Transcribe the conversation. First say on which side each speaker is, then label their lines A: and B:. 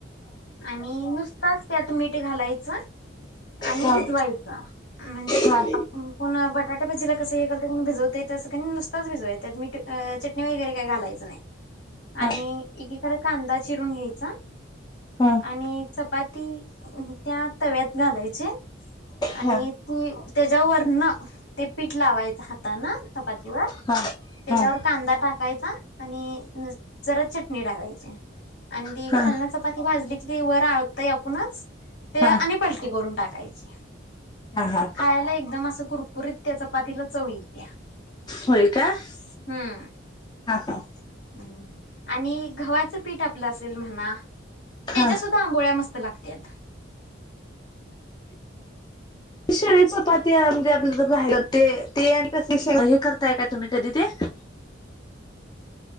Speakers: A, on the left; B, on the left.
A: आणि नुसताच त्यात मीठ घालायचं, आणि
B: हा
A: भिजवायचं, म्हणजे
B: हा
A: आपुनं बटाटे भजीला कस हे करतोय कणी भिजवतोय तसं कणी नुसताच भिजवायच त्यात मीठ चटणी वगैरे काही घालायचं नाय. आणि
B: हा
A: एकीकडे कांदा चिरून घ्यायचा
B: हा
A: आणि चपाती त्या तव्यात घालायची आणि
B: हा
A: ती त्याज्या वरन ते पीठ लावायचं हातान चपात वर
B: हा
A: त्याच्यावर
B: हा
A: कांदा टाकायचा आणि जरा चट टणी टाकायची आणि ती
B: हा
A: खालन चप भाजली की ती वर आ ते आपुणच ते
B: हा
A: आणि पलटी करून टाक कायची.
B: हा हा
A: खायाला एकदम असं कुरकुरीत त्या चपातीला चवी येतिया
B: होय का हा
A: हूं
B: हा
A: हम् आणि गव्हाचं पीठ आपलं असेल म्हणा
B: हा
A: त्याच्या सुद्धा आंबोळ्या मस् लागत्यात.
B: शिळी चपात्या म्हणजे आपल्या राहिलं ते ते आणि तस हे करताय का तुम्ही कधी ते?